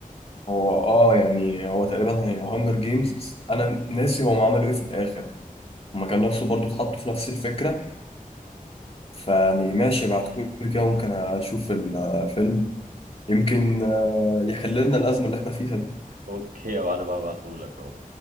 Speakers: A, on the left; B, on the right.
A: هو اه يعني هو تقريبا هي هانجر جيمز بس انا ناسي هم عملوا ايه في الاخر هما كان نفسه برضو اتحطوا في نفس الفكرة فيعني ماشي بعتقولي كده ممكن اشوف الفيلم يمكن آه، يحل لنا الأزمة اللي احنا فيها دي
B: <laughs> اوكي يا معلم هبعته لك اهو